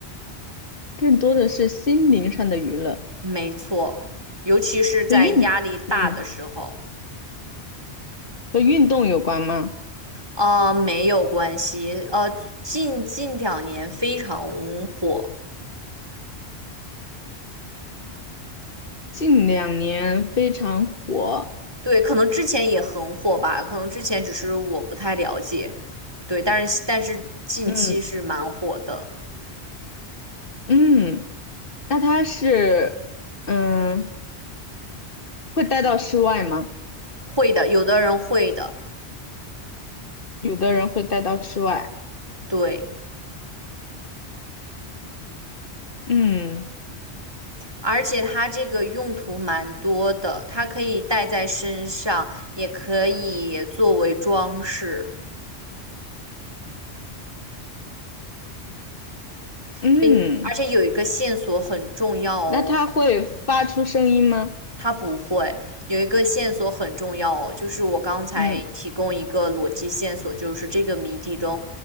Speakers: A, on the left; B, on the right.
A: 更多的是心灵上的娱乐，
B: 没错，尤其是在压力大的时候，
A: 和运，嗯，和运动有关吗？
B: 呃，没有关系，呃，近近两年非常火，
A: 近两年非常火。
B: 对，可能之前也很火吧，可能之前只是我不太了解，对，但是但是近期是蛮火的，
A: 嗯嗯，那它是，嗯，会带到室外吗？
B: 会的，有的人会的，
A: 有的人会带到室外。
B: 对，
A: 嗯
B: 而且它这个用途蛮多的，它可以戴在身上，也可以作为装饰。
A: 嗯，
B: 对，而且有一个线索很重要哦，
A: 那它会发出声音吗？
B: 它不会有一个线索很重要哦，就是我刚才提供一个逻辑线索，
A: 嗯，
B: 就是这个谜底中，